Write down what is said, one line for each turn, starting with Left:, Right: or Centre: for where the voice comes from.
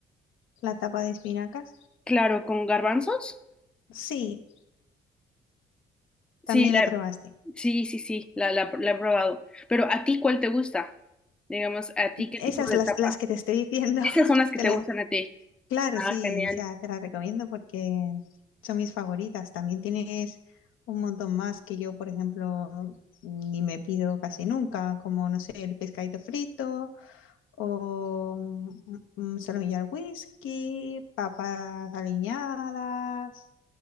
Left: la tapa de espinacas.
Centre: Claro, con garbanzos.
Left: Sí,
Centre: Sí,
Left: también
Centre: la,
Left: la probaste.
Centre: sí, sí, sí, la, la, la he probado. Pero ¿a ti cuál te gusta? Digamos, ¿a ti qué
Left: Esas
Centre: tipo de
Left: las,
Centre: tapa?
Left: las que te estoy diciendo, <laughs>
Centre: Esas son las que
Left: te
Centre: te
Left: las,
Centre: gustan a ti.
Left: claro,
Centre: Ah,
Left: sí,
Centre: genial.
Left: o sea, te las recomiendo porque son mis favoritas. También tienes un montón más que yo, por ejemplo, ni me pido casi nunca, como, no sé, el pescadito frito o mm, mm, solomillo al whisky, papas aliñadas,